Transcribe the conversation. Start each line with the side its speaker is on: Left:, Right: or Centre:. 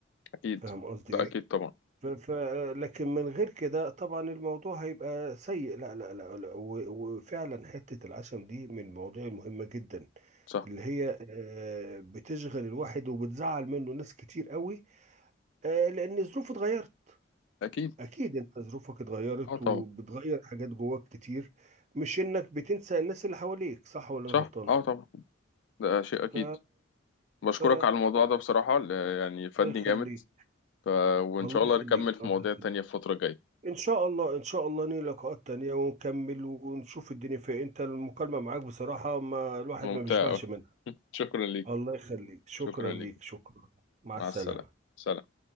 Left: أكيد
Right: فاهم قصدي
Left: ده
Right: ايه
Left: أكيد طبعا
Right: ف ف لكن من غير كده طبعا الموضوع هيبقى سيء لا لا لا, لا و- وفعلا حته العشم دي من المواضيع المهمه جدا
Left: صح
Right: اللي هي آه، بتشغل الواحد وبتزعل منه ناس كتير قوي آه، لان الظروف اتغيرت
Left: أكيد
Right: اكيد انت ظروفك اتغيرت
Left: أه طبعا
Right: وبتغير حاجات جواك كتير مش انك بتنسى الناس اللي حواليك صح ولا
Left: صح
Right: انا غلطان
Left: أه طبعا ده شيء أكيد
Right: ف...
Left: بشكرك
Right: ف...
Left: على الموضوع ده بصراحة ل- يعني فادني
Right: الله يخليك
Left: جامد ف... وإن
Right: الله
Left: شاء الله
Right: يخليك
Left: نكمل في
Right: الله
Left: مواضيع
Right: يخليك
Left: تانية في الفترة الجاية
Right: ان شاء الله ان شاء الله نيجي لقاءات تانية ونكمل ونشوف الدنيا فيها انت المكالمة معاك بصراحة ما الواحد
Left: ممتع
Right: ما بيشبعش
Left: أوي.
Right: منها
Left: <laughs> شكرا ليك
Right: الله يخليك شكرا
Left: شكرا ليك
Right: ليك شكرا مع
Left: مع
Right: السلامة
Left: السلامة سلام